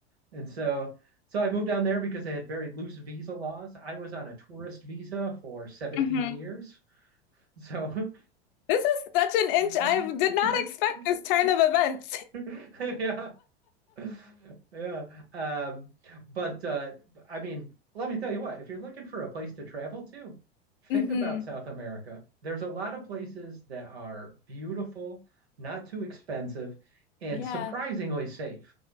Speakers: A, on the right; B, on the left.
A: and so. So I moved down there because they had very loose visa laws. I was on a tourist visa for 17
B: mhm.
A: years. So
B: This is such an inch.
A: <laughs>
B: I did not expect this turn of events.
A: <laughs> yeah, <laughs> Yeah. Um, but uh, I mean, let me tell you what, if you're looking for a place to travel to, think
B: <laughs> hmm
A: about South America. There's a lot of places that are beautiful, not too expensive, and
B: Yeah.
A: surprisingly safe.